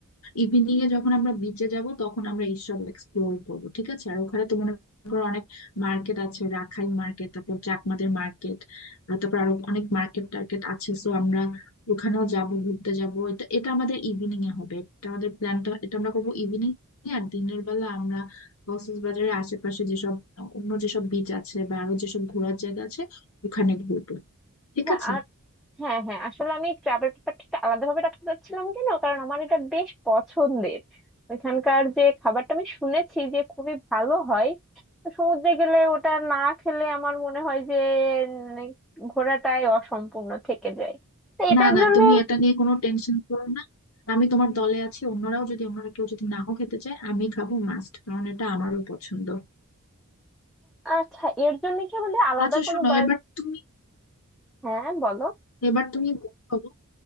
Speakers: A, on the left; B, in the centre.
A: ইভিনিং এ যখন আমরা বিচে যাব তখন আমরা এইসব এক্সপ্লোর করব ঠিক আছে আর ওখানে তো মনে করো অনেক মার্কেট আছে রাখাইন মার্কেট তারপর চাকমাদের মার্কেট তারপর আরো অনেক মার্কেট টার্কেট আছে সো আমরা ওখানেও যাব ঘুরতে যাব এটা এটা আমাদের ইভিনিং এ হবে এটা আমাদের প্ল্যানটা এটা আমরা করবো ইভিনিং এ আর দিনের বেলা আমরা কক্সবাজারের আশেপাশে যেসব অন্য যেসব বিচ আছে বা আরো যেসব ঘোরার জায়গা আছে ওখানে ঘুরবো ঠিক
B: ট্যাক
A: আছে
B: হ্যাঁ হ্যাঁ আসলে আমি ট্রাভেল ব্যাপারটা একটু আলাদাভাবে রাখতে চাচ্ছিলাম কেন কারণ আমার এটা বেশ পছন্দের ওইখানকার যে খাবারটা আমি শুনেছি যে খুবই ভালো হয় তো সমুদ্রে গেলে ওটা না খেলে আমার মনে হয় যে মানে ঘোরাটাই অসম্পূর্ণ থেকে যায় তো এটার
A: না না
B: জন্য
A: তুমি এটা নিয়ে কোনো টেনশন করো না আমি তোমার দলে আছি অন্যরাও যদি অন্যরা কেউ যদি নাও খেতে চায় আমি খাবো মাস্ট কারণ এটা আমারও পছন্দ
B: আচ্ছা এর জন্য কি আমাদের আলাদা
A: আচ্ছা
B: কোনো
A: শোনো
B: বাস
A: এবার তুমি
B: হ্যাঁ বলো
A: এবার তুমি বলো